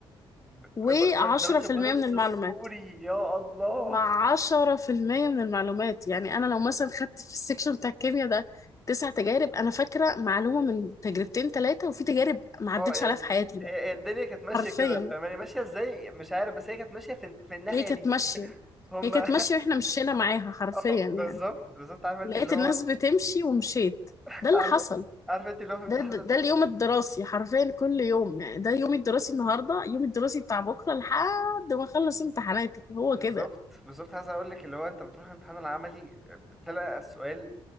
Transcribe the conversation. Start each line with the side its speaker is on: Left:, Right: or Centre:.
Centre: ب-
Left: بجد
Centre: ب- سندوتش
Left: و10%
Centre: البطاطس
Left: من المعلومات
Centre: السوري يا الله
Left: وعشرة في المية من المعلومات يعني أنا لو مثلا خدت في السكشن بتاع الكيمياء ده تسع تجارب أنا فاكرة معلومة من تجربتين تلاتة وفي تجارب ما عدتش
Centre: اه يعني
Left: عليها في حياتي
Centre: هي
Left: بقى
Centre: الدنيا كانت ماشيه
Left: حرفيا
Centre: كده فاهماني ماشيه ازاي مش عارف بس هي كانت ماشيه في في الناحيه
Left: هي كانت
Centre: دي
Left: ماشية
Centre: هم
Left: هي كانت
Centre: <laughs>
Left: ماشية وإحنا مشينا معاها حرفيا
Centre: اه
Left: يعني
Centre: بالظبط بالظبط عارفه انت
Left: لقيت
Centre: اللي هو
Left: الناس بتمشي ومشيت
Centre: <laughs>
Left: ده اللي
Centre: عارفه
Left: حصل
Centre: عارفه انت اللي هو في امتحان
Left: ده, ده,
Centre: ال-
Left: ده اليوم الدراسي حرفيا كل يوم يعني ده يومي الدراسي النهاردة يومي الدراسي بتاع بكرة لحد ما أخلص امتحاناتي هو
Centre: بالظبط
Left: كده
Centre: بالظبط عايز اقول لك اللي هو انت بتروح الامتحان العملي بتلاقي السؤال